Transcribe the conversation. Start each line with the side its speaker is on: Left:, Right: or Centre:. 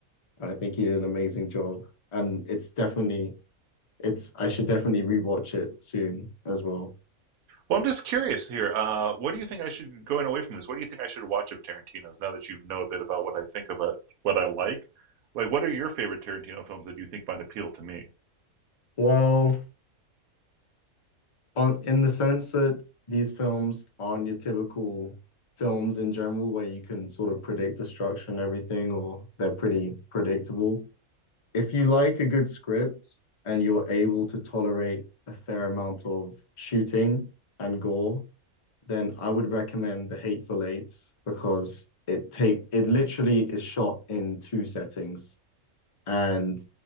Left: I think he did an amazing job and it's definitely it's I should definitely rewatch it soon as well
Right: Well, I'm just curious here. Uh, what do you think I should going away from this? What do you think I should watch of Tarantino's now that you know a bit about what I think about what I like? Like, what are your favorite Tarantino films that you think might appeal to me?
Left: well on in the sense that these films aren't your typical films in general where you can sort of predict the structure and everything or they're pretty predictable if you like a good script and you're able to tolerate a fair amount of shooting and gore then i would recommend the hateful eight because it take it literally is shot in two settings and